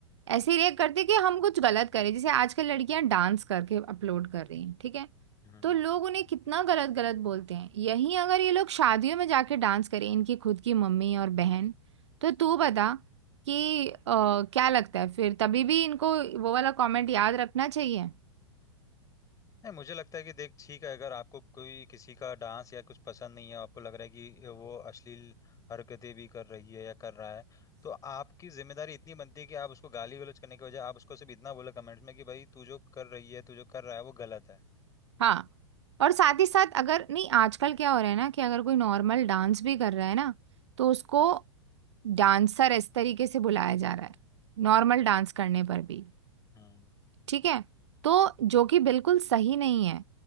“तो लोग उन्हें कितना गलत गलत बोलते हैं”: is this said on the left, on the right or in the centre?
Right